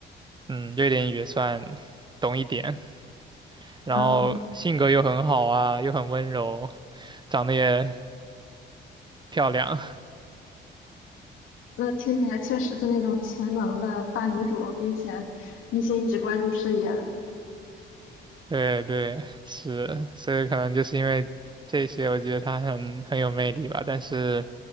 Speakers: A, on the right; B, on the left.
A: 嗯，瑞典语也算懂一点，然后性格又很好啊，
B: 嗯，
A: 又很温柔，长得也漂亮。
B: 那听起来确实是那种全能的大女主，并且一心只关注事业的。
A: 对对，是，所以可能就是因为这些，我觉得他很很有魅力吧，但是